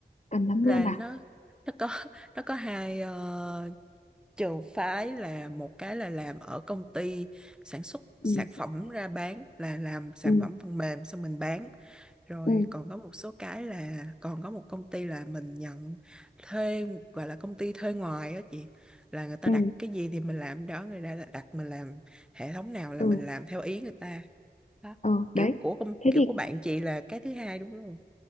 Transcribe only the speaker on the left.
cần lắm
luôn à
ừ
ừ
ừ
ừ
ừ
ờ
đấy
thế
thì